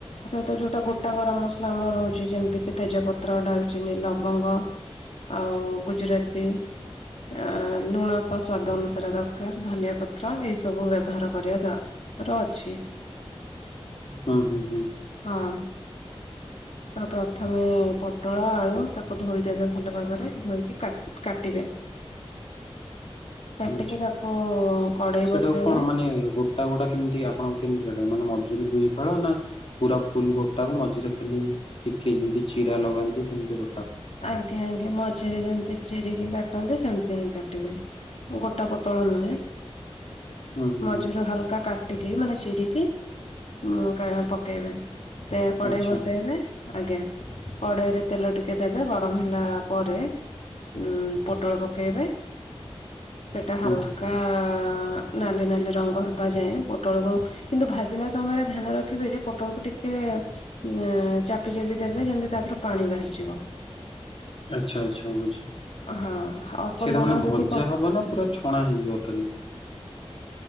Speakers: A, on the left; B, on the left.
A: ତ ଯୋଉଟା ଗୋଟା ଗରମ ମସଲା ଆମର ରହୁଛି ଯେମିତି କିି ତେଜପତ୍ର, ଡାଲଚିନି, ଲବଙ୍ଗ ଆଉ ଗୁଜୁରାତି ଅ ଲୁଣ ତ ସ୍ଵାଦ ଅନୁସାରେ ଦରକାର ଧନିଆ ପତ୍ର ଏଇ ସବୁ ବ୍ୟବହାର କରିବା ଦ ର ଅଛି।
B: ହୁଁ ହୁଁ ହୁଁ
A: ହଁ
B: <inaudible>
A: ତ ପ୍ରଥମେ ପୋଟଳ, ଆଳୁ ତାକୁ ଧୋଇଦେବେ ଭଲ ଭାବରେ ଧୋଇକି କାଟିବେ।
B: <inaudible>
A: କାଟିକି
B: ଆଚ୍ଛା।
A: ତାକୁ କଡେଇ
B: ସେଟାକୁ
A: ବସେଇବେ।
B: କଣ ମାନେ ଗୋଟା ଗୋଟା କେମିତି ଆପଣ କେମିତି କାଟନ୍ତି ମାନେ ମ ମଝିରୁ ଦୁଇ ଫାଳ ନା ପୁରା ଫୁଲ ଗୋଟାକୁ ମଝିରେ ଖାଲି ଟିକେ ଯେମିତି ଚିରା ଲଗାନ୍ତି ସେମିତି
A: ଆଜ୍ଞା ଆଜ୍ଞା ମଝିରେ ଯେମିତି ଚିରିକି କାଟନ୍ତି ସେମିତି ହିଁ କାଟିବେ ଗୋଟା ପୋଟଳ ନୁହେଁ।
B: ହୁଁ ହୁଁ
A: ମଝିରୁ
B: ହୁଁ
A: ହାଲକା କାଟିକି ମାନେ ଚିରିକି ଉଁ କା ପକେଇବେ। ତା କଡେଇ
B: ଆଚ୍ଛା
A: ବସେଇବେ ଆଜ୍ଞା କଡେଇରେ ତେଲ ଟିକେ ତେବେ ଗରମ ହେଲା ପରେ ଉଁ ପୋଟଳ ପକେଇବେ। ସେଟା
B: ହୁଁ
A: ହାଲକା ଆ ନାଲି ନାଲି ରଙ୍ଗ ହେବା ଯାଏଁ ପୋଟଳକୁ କିନ୍ତୁ ଭାଜିଲା ସମୟରେ ଧ୍ୟାନ ରଖିବେ ଯେ ପୋଟଳକୁ ଟିକେ ଏ ଉମ୍ ଚାପି ଚାପି ଦେବେ ଯେମିତି ତା ଦେହରୁ ପାଣି ବାହାରିଯିବ।
B: ଆଚ୍ଛା ଆଚ୍ଛା ବୁଝି
A: ହଁ ଅଳ୍ପ
B: ସେଇଟା
A: ଲୁଣ
B: ମାନେ ଭଜା
A: ଯଦି
B: ହବ ନା ପୁରା ଛଣା ହେଇଯିବ ତାଲେ?